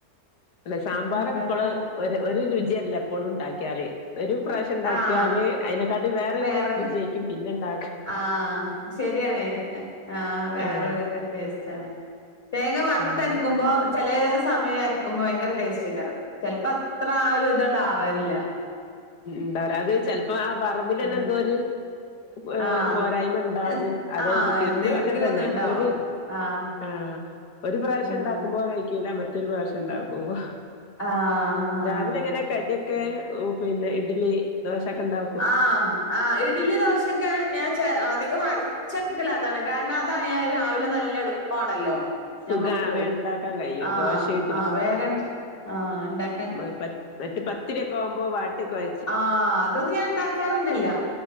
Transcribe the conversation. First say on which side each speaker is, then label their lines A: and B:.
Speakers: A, on the left (about 85°); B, on the left (about 35°).
A: അല്ല സാമ്പാറ്
B: എന്താക്കാ
A: എപ്പള് ഒരു ഒരു രുചിയല്ല എപ്പളും ഉണ്ടാക്കിയാല് ഒരു പ്രശ് ച്ച്ണ്ടാക്കിയാല്
B: ആഹ്
A: അയ്നെക്കാട്ടി വേറെരു
B: വേറെ
A: രുജെയ്ക്കും പിന്നെ ണ്ടാ
B: ആഹ് ശരിയാണ് ആഹ് വേറെരു
A: ആഹ്
B: എ ടെസ്റ്റ്ണ് തേങ്ങ വറുത്തര്ക്കുമ്പോ
A: ഉം
B: ചെലേ സമയം അരക്കുമ്പോ ഭയങ്കര ടേസ്റ്റകാരം ചിലപ്പോ അത്ര ആ ഒരു ഇതണ്ടാവാൽല്ല
A: ഉം ണ്ടാവൂല അത് ചെലപ്പോ ആ വറവിലെന്നെ
B: ആഹ്
A: എന്തോര് ഏഹ്
B: ആഹ്
A: പോരായ്മണ്ടാകും
B: എഹ്
A: അതായിരിക്കും
B: ആഹ് എന്തെങ്കിലും
A: ന്റ്തും അങ്ങൻതന്നെ
B: ഒന്നുണ്ടാവും
A: ഒരു
B: ആഹ്
A: ആഹ് ഒരു പ്രാവശ്യം
B: ആഹ്
A: ഉണ്ടാക്കുമ്പോലയിക്കൂല മറ്റൊരു പ്രാവശ്യം ഉണ്ടാക്കുമ്പോ
B: ആഹ് ആഹ്
A: രാവിലെ എങ്ങനെ കടിയൊക്കെ പിന്നെ ഇഡ്ലി ദോശൊക്കെണ്ടാ
B: ആഹ് ആഹ് ഇഡ്ലി ദോശക്കെ ഞാൻ ചെ അധികം അര് ച്ചെടുക്കല അതാണ് കാരണം അതായാൽ രാവിലെ നല്ല എളുപ്പാണല്ലോ
A: സുഖാ
B: ഞമ്മക്ക്
A: വേം ഉണ്ടാക്കാൻ കഴിയും
B: ആഹ്
A: ദോശയും
B: ആഹ് വേഗ ആഹ് ണ്ടാ
A: മ പ മറ്റ് പത്തിരിയൊക്കെ ആവുമ്പോ വാട്ടി കൊയ
B: ആഹ് അതൊന്ന് ഞാൻ ഉണ്ടാക്കാറന്നെല്ല